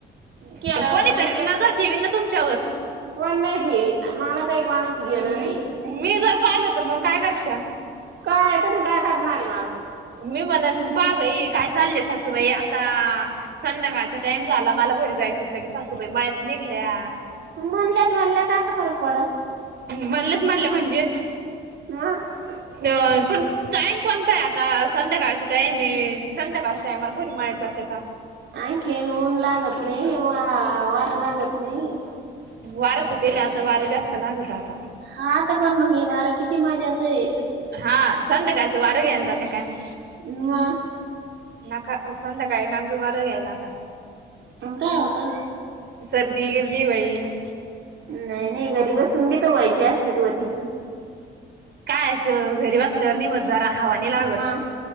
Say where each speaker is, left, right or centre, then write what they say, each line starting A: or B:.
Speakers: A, on the right; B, on the right.
A: केलं
B: आर कोणीतरी
A: का नाही के
B: नजर ठेवीन ना तुमच्यावर.
A: कोण नाही दित, मला काही कोणाचं येणार
B: मी
A: नाही.
B: जर पाहिलं तर मग काय करशाल
A: काय आतातरी काय करणार हाय मला.
B: मी म्हणन, का बाई काय चाललेय सासूबाई आता? संध्याकाळचा टाइम झाला, मला घरी जायचं. लगी सासूबाई मळ्यात निघल्या.
A: म्हणल्यात म्हणलं काय फरक पडल?
B: म्हणलेत म्हणले, म्हणजे
A: मग
B: अ पण टाइम कोणतं हाय आता, संध्याकाळचा टाइम आहे, संध्याकाळच्या टायमाला कोणी मळत जातं का?
A: आणख ऊन लागत नाही, वा वार लागत नाही.
B: वारं सुटेला, आता वारं जास्त लागतं आता.
A: हा आता पण मग हे वार किती मजाचं हाय?
B: हा संध्याकाळचं वार घ्यायला जात काय मग
A: ना म
B: नका संध्याकाळी <inaudible> वारं घ्यायला आता.
A: मग काय होतं?
B: सर्दी गिर्दी व्हैन
A: नाही, नाही घरी घसून घी तर व्हायचे असली त वती
B: कायच घरी बसल्यावर निवत जरा हवानी लागत
A: मग